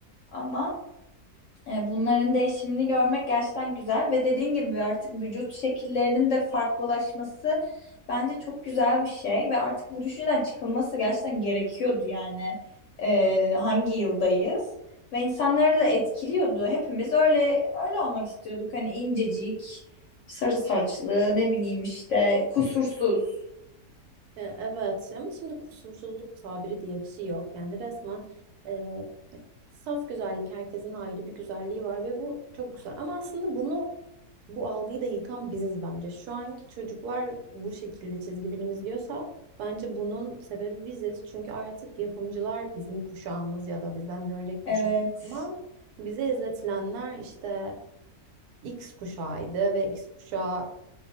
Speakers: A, on the left (about 65°); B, on the right (about 85°).
A: ama e, Bunların değişimini görmek gerçekten güzel ve dediğin gibi artık vücut şekillerinin de farklılaşması bence çok güzel bir şey ve artık bu düşünceden çıkılması gerçekten gerekiyordu yani E, hangi yıldayız ve insanları da etkiliyordu. Hepimiz öyle öyle olmak istiyorduk hani incecik, sarı saçlı, ne bileyim işte kusursuz.
B: E, Evet, ama şimdi kusursuzluk tabiri diye bir şey yok. Yani resmen e, saf güzellik, herkesin ayrı bir güzelliği var ve bu çok güzel. Ama aslında bunu Bu algıyı da yıkan biziz bence. Şu anki çocuklar bu şekilde çizgi film izliyorsa bence bunun sebebi biziz. Çünkü artık yapımcılar bizim kuşağımız ya da bizden bir önceki kuşak
A: Evet.
B: ama bize izletilenler işte X kuşağıydı ve X kuşağı